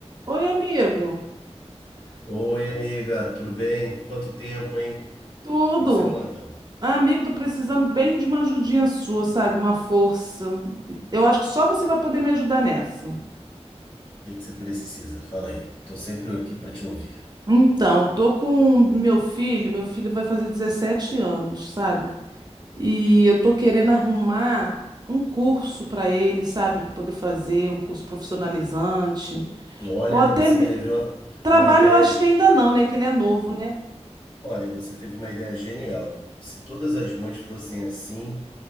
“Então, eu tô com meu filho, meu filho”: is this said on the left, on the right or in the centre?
Right